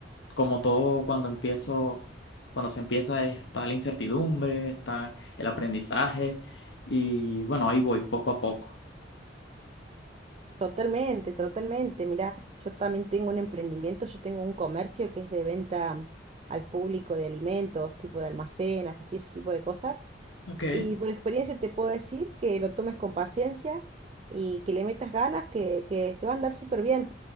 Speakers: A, on the left (about 80°); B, on the right (about 35°).
A: como todo, cuando empiezo, cuando se empieza, eh, está la incertidumbre, está el aprendizaje. Y bueno, ahí voy poco a poco.
B: Totalmente, totalmente. Mirá, yo también tengo un emprendimiento, yo tengo un comercio que es de venta mm, al público de alimentos, tipo de almacén, así ese tipo de cosas.
A: Ok.
B: Y por experiencia te puedo decir que lo tomes con paciencia y que le metas ganas, que, que, que va a andar súper bien.